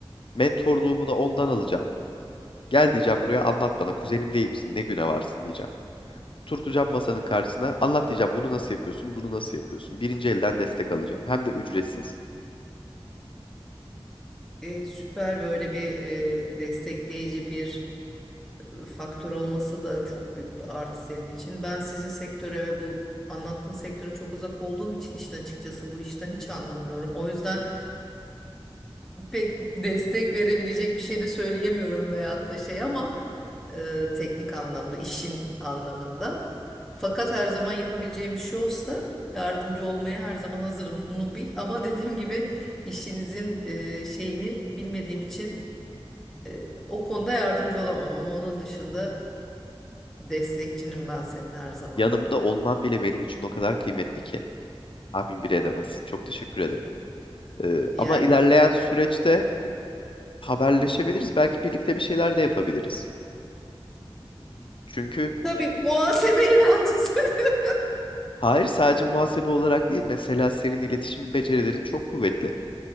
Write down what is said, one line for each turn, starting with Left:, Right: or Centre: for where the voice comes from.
Left: Mentorluğumu da ondan alacağım. Gel diyeceğim buraya anlat bana. Kuzenim değil misin? Ne güne varsın diyeceğim. Turtacağım masanın karşısına. Anlat diyeceğim. Bunu nasıl yapıyorsun? Bunu nasıl yapıyorsun? Birinci elden destek alacağım. Hem de ücretsiz.
Centre: E, süper böyle bir e, destekleyici bir e, faktör olması da çok büyük bir artı senin için. Ben sizin sektöre ve bu anlattığın sektöre çok uzak olduğum için işin açıkçası bu işten hiç anlamıyorum. O yüzden pek destek verebilecek bir şey de söyleyemiyorum veyahut da şey ama e, teknik anlamda, işin anlamında. Fakat her zaman yapabileceğim bir şey olsa yardımcı olmaya her zaman hazırım. Bunu bil ama <laughs> dediğim gibi işinizin e, şeyini bilmediğim için e, o konuda yardımcı olamam ama onun dışında destekçinim ben senin her zaman.
Left: Yanımda olman bile benim için o kadar kıymetli ki. Tahmin bile edemezsin. Çok teşekkür ederim. Ee,
Centre: Yani
Left: ama ilerleyen süreçte haberleşebiliriz. Belki birlikte bir şeyler de yapabiliriz. Çünkü
Centre: tabii muhasebeyi ben tutarım.
Left: Hayır sadece muhasebe olarak değil mesela senin iletişim becerilerin çok kuvvetli.